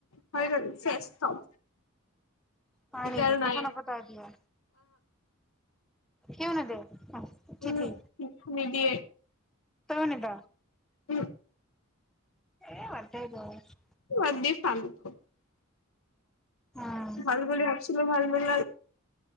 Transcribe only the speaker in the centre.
হয়
নেকি
কথা
নাপাত এতিয়া। এতিয়াও নেদে
চিঠি
তইও নেদ।
এ বাদদে এইবোৰ আৰু।
উম